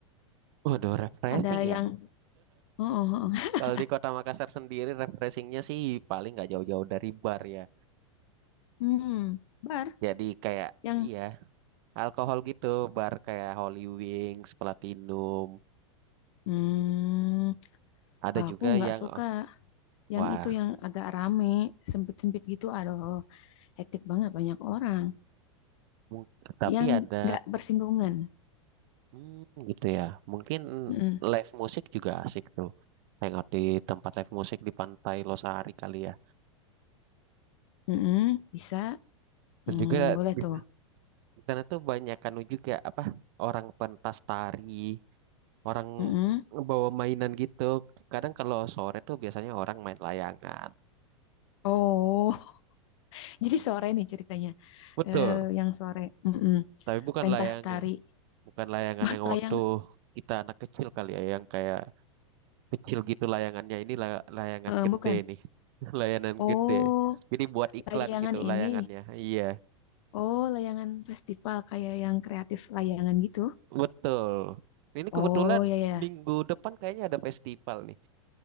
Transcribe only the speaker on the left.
Ada
yang, oh, oh, oh. <laughs>
Hmm, bar
yang,
hmm,
aku
nggak
suka
yang
itu yang agak rame, sempit-sempit gitu. Aduh, hektik banget banyak orang.
Yang
nggak bersinggungan.
Mm-mm,
mm-mm, bisa.
Hmm,
boleh
tuh.
Mm-mm.
Oh, <laughs> jadi sore nih ceritanya.
Eh, yang sore. Mm-mm.
Pentas
tari.
Bah,
layang.
eh,
bukan.
Oh,
layangan
ini.
Oh, layangan festival kayak yang kreatif layangan gitu.
Oh,
ya ya.